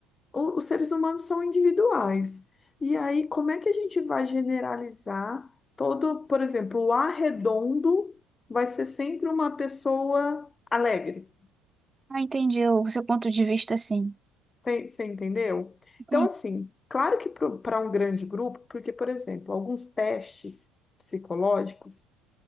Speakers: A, on the left; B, on the right.
A: o- os seres humanos são individuais. E aí, como é que a gente vai generalizar todo, por exemplo, o arredondo vai ser sempre uma pessoa alegre.
B: Ah, entendi o seu ponto de vista, sim.
A: Tem- Você entendeu?
B: Entendi.
A: Então, assim, claro que para um grande grupo, porque, por exemplo, alguns testes psicológicos,